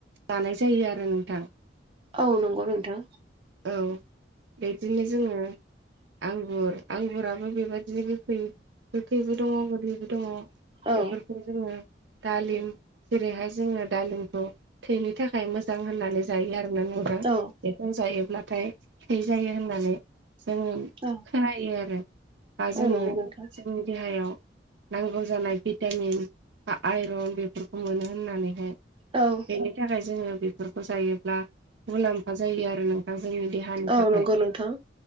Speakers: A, on the right; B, on the right.
A: जानाय जायो आरो नोंथां।
B: औ नंगौ नोंथां।
A: औ बिदिनो जोंङो आंगुर आंगुराबो बेबायदिनो गोखै गोखैबो दङ गोदैबो दङ
B: औ
A: बेफोरखौ जोङो दालिम जेरैहाय जोङो दालिमखौ थैनि थाखाय मोजां होननानै जायो आरोना नों थां
B: औ
A: बेखौ जायोब्लाथाय थै जायो होननानै जोंनि
B: औ
A: खोनायो आरो बा जोङो
B: औ नंगौ नोंथां
A: जोंनि देहायाव नांगौ जानाय भिटामिन बा आइरन बेफोरखौ मोनो होननानैहाय
B: औ
A: बेनि थाखाय जोंङो बेफोरखौ जायोब्ला मुलाम्फा जायो आरो नों जोंनि देहानि
B: औ
A: थाखाय।
B: नंगौ नोंथां